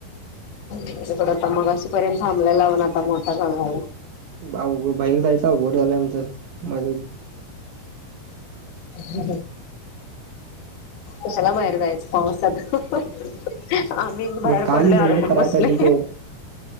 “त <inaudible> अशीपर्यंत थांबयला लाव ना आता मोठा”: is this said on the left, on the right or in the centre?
Left